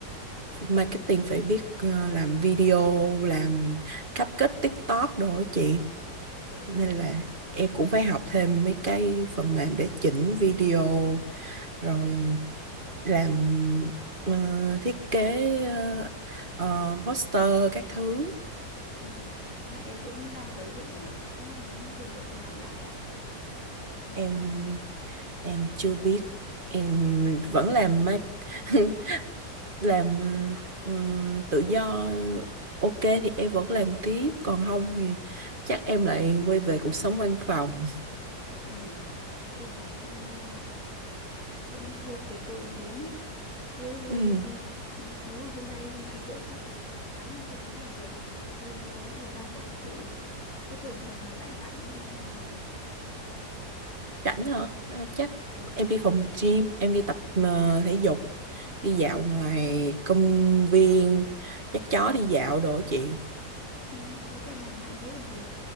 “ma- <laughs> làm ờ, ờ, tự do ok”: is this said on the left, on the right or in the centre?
Right